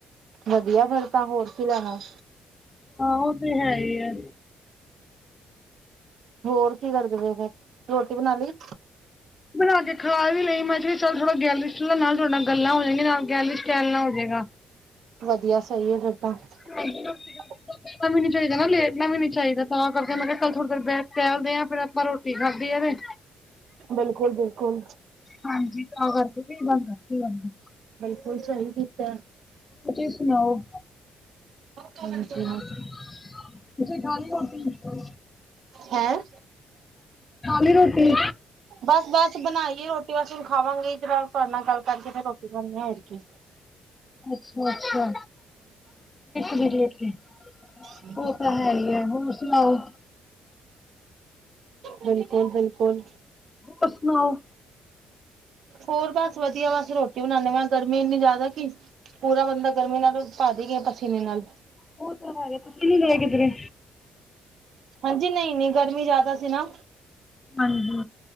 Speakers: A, on the right; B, on the left.
A: ਵਧੀਆ ਫੇਿਰ ਤਾਂ ਹੋਰ ਕੀ ਲੈਣਾ ਵ
B: ਹਾਂ ਉਹ ਤੇ ਹੈ ਹੀ ਹੈ
A: ਹੋਰ ਕੀ ਕਰਦੇ ਫ ਫਿਰ ਰੋਟੀ ਬਣਾ ਲਈ
B: ਬਣਾ ਕੇ ਖਾ ਵੀ ਲਈ ਮੈਂ ਕਿਹਾ ਚੱਲ ਥੋੜਾ ਗੈਲਰੀ ਨਾਲ ੋਡੇ ਨਾਲ ਗੱਲਾਂ ਹੋ ਜਾਣਆਂ ਨਾਲ ਗੈਲਰੀ ਚਟੈਲ ਨਾਲ ਹੋ ਜਾਵੇਗਾ
A: ਵਧੀਆ ਸਹੀ ਹੈ ਫਿਰ ਤਾਂ
B: ਹਾਂਜੀ
A: <unintelligible>
B: ਲਣਾ ਵੀ ਨੀ ਚਾਹੀਦਾ ਨਾ ਲੇਟਣਾ ਵੀ ਨੀ ਚਾਹੀਦਾ ਤਾਂ ਕਰਕੇ ਮੈਂ ਕਿਹਾ ਕੱਲ ਥੋੜ੍ਹੀ ਦੇਰ ਬ ਕਹਿਦੇ ਹ ਆ ਫੇਰ ਆਪਾਂ ਰੋਟੀ ਖਾਧ ਆ ਤੇ
A: ਬਿਲਕੁਲ ਬਿਲਕੁਲ
B: ਹਾਂਜੀ ਤਾਂ ਕਰਕੇ ਕੀ ਬਣਦਾ ਕੀ ਬਣਦਾ
A: ਬਿਲਕੁਲ ਸਹੀ ਕੀਤਾ
B: ਤੁਸੀਂ ਸੁਣਾਓ
A: ਸੁ
B: ਤੁਸੀੇ ਖਣੀ ਰੋਟੀ ਅੱਛ
A: ਹੈਂ
B: ਸੀ ਰੋਟੀ
A: ਬਸ ਬਸ ਬਣਾਈਏ ਰੋਟੀ ਬਸ ਹੁਣ ਖਾਵਾਂਗੇ ਇ ਤਰ ਤੁਹਾਡੇ ਨਾਲ ਗੱਲ ਕਰਕੇ ਫ ਰੋਟੀ ਬਨੀ ਹੋਗੀ
B: ਅੱਛਾ ਅੱਛਾ ਬ
A: ਹਾਂ
B: ਉਹ ਤਾਂ ਹੈ ਹੀ ਹੈ ਹੋਰ ਸੁਣਾਓ
A: ਬਿਲਕੁਲ ਬਿਲਕੁਲ
B: ਪਰ ਸੁਣਾਓ
A: ਹੋਰ ਬਸ ਵਧੀਆ ਬਸ ਰੋਟੀ ਬਣਾਦੇ ਮਾਂ ਗਰਮੀ ਇੰਨੀ ਜ਼ਿਆਦਾ ਕਿ ਪੂਰਾ ਬੰਦਾ ਗਰਮੀ ਨਾਲ ਪਾ ਦੇ ਗਏ ਪਸੀਨੇ ਨਾਲ
B: ਉਹ ਤਾਂ ਹੈਗੇ ਤੁਸੀਂ ਨੀ ਗਏ ਕਿਧਰੇ
A: ਹਾਂਜੀ ਨਹੀਂ ਨਹੀਂ ਗਰਮੀ ਜ਼ਿਆਦਾ ਸੀ ਨਾ
B: ਹਾਂਜੀ